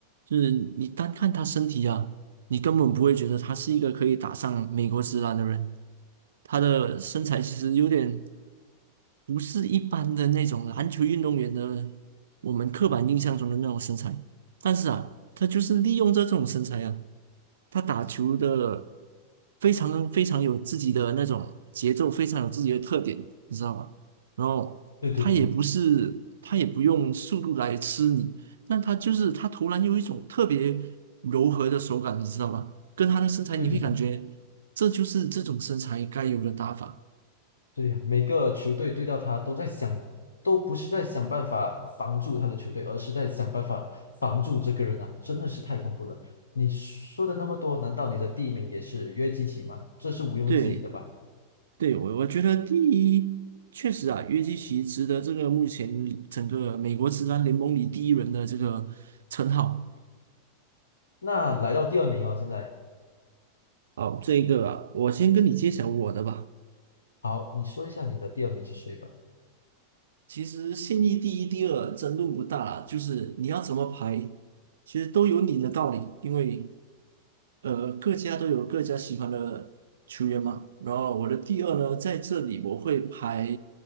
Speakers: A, on the right; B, on the left.
A: 就是你单看他身体啊，你根本不会觉得他是一个可以打上美国职篮的人。他的身材其实有点不是一般的那种篮球运动员的我们刻板印象中的那种身材，但是啊，他就是利用这种身材啊，他打球的非常非常有自己的那种节奏，非常有自己的特点，你知道吧？然后他也不是，
B: 对对对
A: 他也不用速度来吃你，但他就是他投篮有一种特别柔和的手感，你知道吧？跟他的身材，
B: 对对对。
A: 你会感觉这就是这种身材该有的打法。
B: 对呀，每个球队对到他都在想，都不是在想办法防住他的球队，而是在想办法防住这个人啊，真的是太恐怖了。你说的那么多，难道你的第一名也是约基奇吗？这是毋庸置疑的吧？
A: 对。对，我我觉得第一，确实啊，约基奇值得这个目前整个美国职篮联盟里第一人的这个称号。
B: 那来到第二名哦，现在
A: 好，这个啊我先跟你揭晓我的吧。
B: 好，你说一下你的第二名是谁吧。
A: 其实现役第一、第二争论不大啦，就是你要怎么排，其实都有你的道理，因为呃各家都有各家喜欢的球员嘛。然后我的第二呢，在这里我会排